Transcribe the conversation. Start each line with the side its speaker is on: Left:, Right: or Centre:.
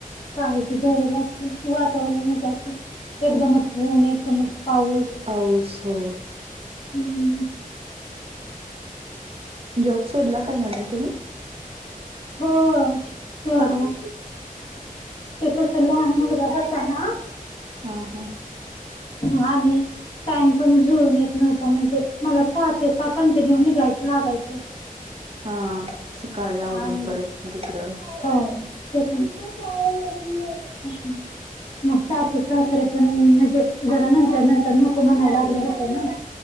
Left: काळजी घ्यावी लागते वातावरण मध्ये अस एकदमच ऊन एकदमच पाऊस
Right: पाऊस हो
Left: हम्म
Right: जॉब सोडला काय मॅडम तुम्ही
Left: हो सोडला
Right: का
Left: ते कस लहान मुलगा होता ना
Right: हा हा
Left: हा आणि टाइम पण झुऊन येत नव्हता म्हणजे मला सहा ते सहा कंटिन्यू निघायचं लागायचं
Right: हा सकाळी आवरून
Left: आणि
Right: परत तिकडं
Left: <unintelligible> मग सासू सासरे पण म्हणजे जरा नंतर नंतर नको म्हणायला लागले होते ना